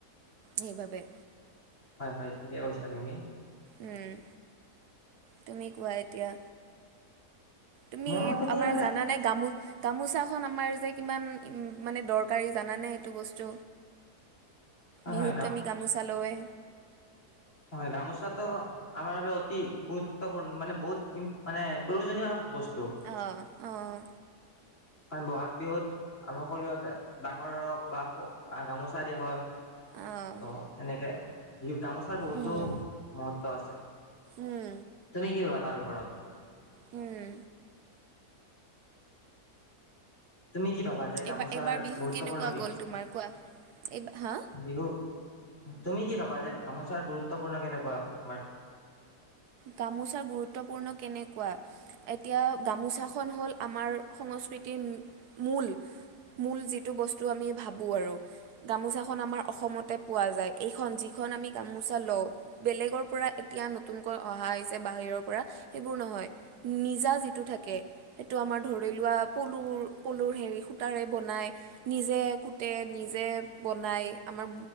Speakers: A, on the right (about 80°); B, on the left (about 50°).
A: সেইবাবে
B: হয় হয়, ঠিকে কৈছা তুমি।
A: উম, তুমি কোৱা এতিয়া। তুমি
B: মোৰ মতে নি
A: আমাৰ
B: মানে
A: জানা নে গামো-গামোচাখন আমাৰ যে কিমান ম-মানে দৰকাৰী জানানে এইটো বস্তু।
B: হয়
A: বিহুত
B: হয়
A: আমি গামোচা লওৱে।
B: হয় গামোচটো আমাৰ বাবে অতি গুৰুত্বপূৰ্ণ মানে বহুত মানে প্ৰয়োজনীয় বস্ত <unintelligible>
A: অঁ অঁ
B: অ বহাগ বিহুত, আমি সকলোৱে ডাঙৰক বা স গামোচা দিয়া হয়।
A: অঁ
B: অ, এনেকে বিহু গামোচাৰ বহুতো
A: উম
B: মহত্ব আছে।
A: উম
B: তুমি কি তাৰ ওপৰত
A: উম।
B: তুমি কি ভাবা যে গামোচাৰ
A: এইবাৰ এইবাৰ বিহু
B: গুৰুত্বপূৰ্ণ
A: কেনেকুৱা
B: কি?
A: গ'ল তোমাৰ কোৱা এইবাৰ হা
B: বিহু তুমি কি ভাবা যে গামোচাৰ গুৰুত্বপূৰ্ণ কেনেকুৱা? তোমাৰ
A: গামোচাৰ গুৰুত্বপূৰ্ণ কেনেকুৱা, এতিয়া গামোচাখন হ'ল আমাৰ সংস্কৃতিৰ মূল মূল যিটো বস্তু আমি ভাবোঁ আৰু, গামোচাখন আমাৰ অসমতে পোৱা যায়। এইখন যিখন আমি গামোচা লওঁ, বেলেগৰ পৰা এতিয়া নতুন প অহা হৈছে বাহিৰৰ পৰা সেইবোৰ নহয়, নিজা যিটো থাকে সেইটো আমাৰ ধৰি লোৱা পলুৰ পলুৰ হেৰি সূতাৰে বনাই, নিজে কুটে, নিজে বনায় আমাৰ